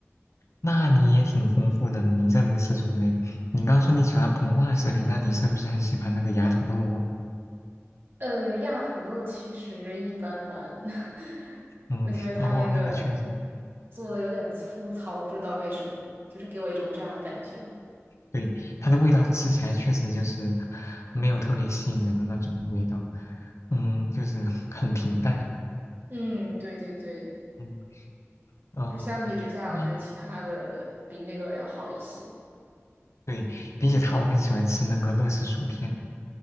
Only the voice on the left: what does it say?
那你也挺丰富的呢，你这零食种类。你刚刚说你喜欢膨化食品，那你是不是很喜欢那个芽土豆啊？
嗯，
哦，那个确实。
对，它的味道吃起来确实就是没有特别吸引人的那种味道，嗯，就是 <laughs> 很平淡，
嗯，哦，
那
对，比起它，我更喜欢吃那个乐事薯片，